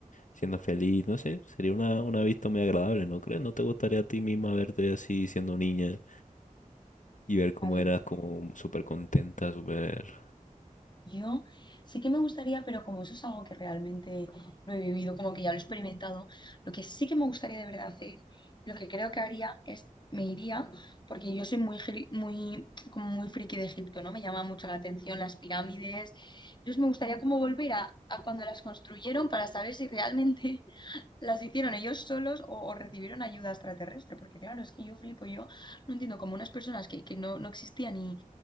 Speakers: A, on the left; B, on the left.
A: siendo feliz, no sé, sería una, una vista muy agradable, ¿no crees? ¿No te gustaría a ti misma verte así siendo niña y ver cómo
B: A ver.
A: eras como súper contenta, súper...
B: Yo sí que me gustaría, pero como eso es algo que realmente no he vivido, como que ya lo he experimentado, lo que sí que me gustaría de verdad hacer, lo que creo que haría es, me iría, porque yo soy muy, gili- muy, como muy friki de Egipto, ¿no? Me llama mucho la atención las pirámides. Entonces me gustaría como volver a, a cuando las construyeron para saber si realmente <laughs> las hicieron ellos solos o, o recibieron ayuda extraterrestre, porque claro, es que yo flipo, yo no entiendo cómo unas personas que, que no, no existían y